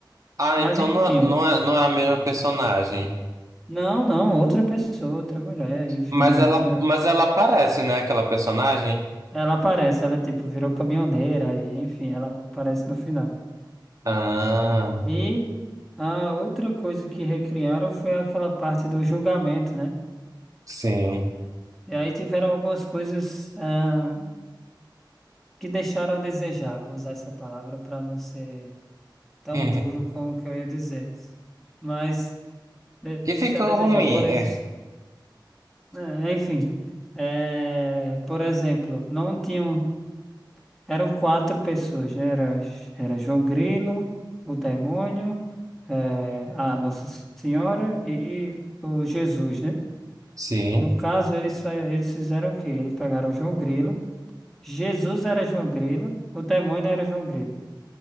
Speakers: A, on the right; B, in the centre.
A: Ah,
B: Mas
A: então
B: enfim,
A: não, é-
B: um-
A: não é, não é a mesma personagem.
B: não, não, outra pessoa, outra mulher, enfim,
A: Mas ela,
B: outra.
A: mas ela aparece, né? Aquela personagem.
B: Ela aparece, ela tipo virou caminhoneira, e enfim, ela aparece no final.
A: Ah,
B: E a outra coisa que recriaram foi aquela parte do julgamento, né?
A: sim.
B: E aí tiveram algumas coisas, ah, que deixaram a desejar, vou usar essa palavra para não ser
A: <laughs>
B: tão
A: que
B: duro com o que eu ia dizer. Mas de-
A: ficou
B: deixar a desejar.
A: ruim.
B: Por, ex-
A: <laughs> é.
B: é, enfim, é, por exemplo, não tinham. Eram quatro pessoas, né? Era, era João Grilo, o demônio, é, a Nossa Senhora e o Jesus, né?
A: Sim.
B: No caso, eles, fa- eles fizeram o quê? Eles pegaram o João Grilo. Jesus era João Grilo, o demônio era João Grilo.